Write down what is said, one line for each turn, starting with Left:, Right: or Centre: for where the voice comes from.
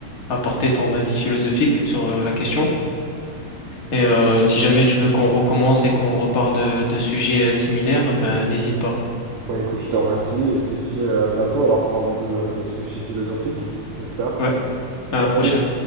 Left: apporter ton avis philosophique sur euh, la question. Et euh, si jamais tu veux qu'on recommence et qu'on reparle de, de sujets euh, similaires, ben, n'hésite pas.
Right: Bah écoute, je te remercie et je te dis euh, à bientôt alors pour un nouveau euh, sujet philosophique, j'espère.
Left: Ouais, à la
Right: Salut!
Left: prochaine.